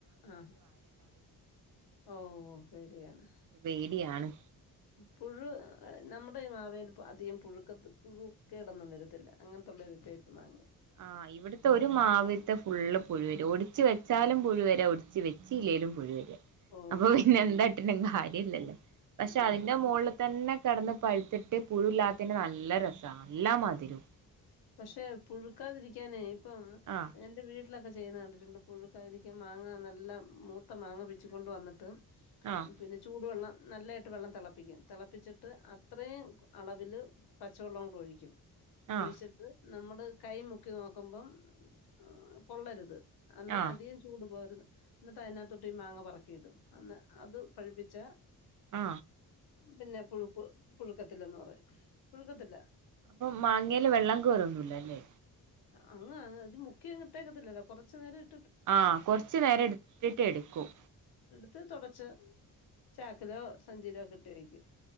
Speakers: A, on the left; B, on the right.
A: ആ ഓ ഒ പേടിയാണ്
B: പേടിയാണ്
A: പുഴു നമ്മുടെ ഈ മാവേല് അധികം പുഴുക്കത്തെ പുഴുക്കേട് ഒന്നും വരത്തില്ല അങ്ങനത്തുള്ള ഒരു ടൈപ്പ് മാങ്ങ
B: ആ ഇവിടുത്തെ ഒരു മാവി ലത്തെ ഫുള്ള് പുഴു വരും ഒടിച്ചു വെച്ചാലും പുഴുവരുവാ ഒടിച്ചു വെ ച്ചില്ലേലും പുഴു വരുവാ
A: ഓ
B: അപ്പോ പിന്നെ എല്ലാത്തിലുംഅങ്ങ് ആയി കേടില്ലല്ലോ പക്ഷേ
A: ആ
B: അതിന്റെ
A: ഹാ
B: മൊളിൽ തന്നെ കെടന്ന് പഴുത്തിട്ട് പുഴു ഇല്ലാത്തതിന് നല്ല രസമാ നല്ല മധുരവും
A: പക്ഷേ പുഴുക്കാതിരിക്കാനെ ഇപ്പം
B: ആഹ്
A: എന്റെ വീട്ടിലൊക്കെ ചെയ്യുന്ന കണ്ടിട്ടൊ ട്ടൊണ്ട് പുഴുക്കാതിരിക്കാൻ മാങ്ങ നല്ല മൂത്ത മാങ്ങ പിച്ചി കൊണ്ടുവന്നിട്ട്
B: ആഹ്
A: പിന്നെ ചൂടുവെള്ളം നല്ലായിട്ട് വെള്ളം തെളപ്പിക്കും തെ ളപ്പിച്ചിട്ട് അത്രയും അളവില് പച്ച വെള്ളവും കൂടെ ഒഴിക്കും ഒഴിച്ചിട്ട്
B: ആഹ്
A: നമ്മടെ കൈ മുക്കി നോക്കുമ്പോ മം പൊള്ളരുത് അന്നാ
B: ആഹ്
A: അധികം ചൂട് പോകരുത് എന്നിട്ട് അതിനകതൊട്ട് ഈ മാങ്ങ പറ ക്കിയിടും അന്നാ അത് പഴിപ്പിച്ചാൽ
B: ആ
A: പിന്നെ പുഴു പ് പുഴുക്കത്തില്ലെന്ന് പറയും പുഴുക്കത്തില്ല
B: അപ്പോ മാങ്ങയെ ല് വെള്ളംകേറുംയൊന്നുമില്ലല്ലോ
A: അങ്ങ്അതിൽ മുക്കിയങ്ങ് ഇട്ടേക്കത്തില്ലല്ലോ കൊറച്ച് നേരം ഇ
B: ആ കൊറച്ച് നേരം എടുത്തിട്ട് എടുക്കും
A: ഇത് തൊടച്ച് ചാക്കിലോ സഞ്ചിയിലോ ഒക്കെ ഇട്ടുവയ്ക്കും